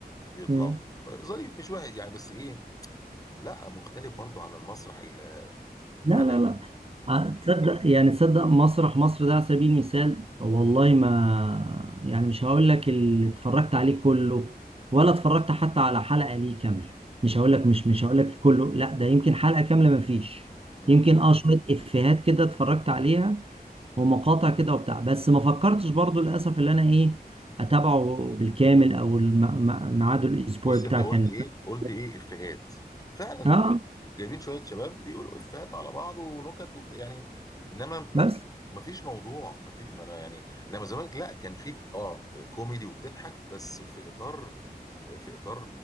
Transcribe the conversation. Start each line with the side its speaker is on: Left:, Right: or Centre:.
Left: بيطلعوا
Right: مم.
Left: ظريف مش واحد يعني بس ايه لا مختلف برضو عن المسرح ال...
Right: لا
Left: عن
Right: لا
Left: ال...
Right: لا آه، تصدق يعني تصدق مسرح مصر ده على سبيل المثال والله ما يعني مش هقول لك اللي اتفرجت عليه كله ولا اتفرجت حتى على حلقة ليه كاملة مش هقول لك مش مش هقول لك كله لا ده يمكن حلقة كاملة ما فيش
Left: مم.
Right: يمكن اه شوية افيهات كده اتفرجت عليها ومقاطع كده وبتاع بس ما فكرتش برضو للأسف اللي انا ايه اتابعه بالكامل او الم- م- ميعاده الاسبوعي
Left: بص
Right: بتاع
Left: انت قلت
Right: كان
Left: ايه
Right: <laughs>
Left: قلت ايه افيهات فعلا
Right: اه
Left: جايبين شويه شباب بيقولوا افيهات على بعض ونكت وبت... يعني انما م...
Right: بس
Left: ما فيش موضوع ما في ما انا يعني انما زمان لا كان فيك اه كوميدي وبتضحك بس في اطار في اطار